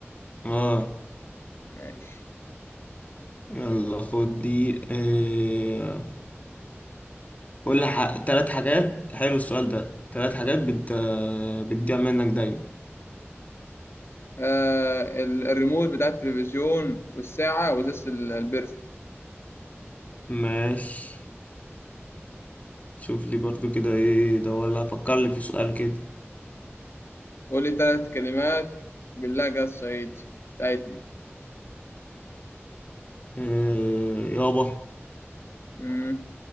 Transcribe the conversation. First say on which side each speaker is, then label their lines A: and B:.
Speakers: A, on the left; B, on the left.
A: اه
B: ماشي
A: يلا خد دي آه. قول لي ح... تلات حاجات حلو السؤال ده تلات حاجات بت... بتضيع منك دايما
B: آه ال- الريموت بتاع التلفزيون والساعة وإزازة ال- البرفي
A: ماشي شوف لي برضو كده ايه ده ولا فكر لي في سؤال كده
B: قول لي ثلاث كلمات باللهجة الصعيدي بتاعتنا
A: آه. يابا
B: مم.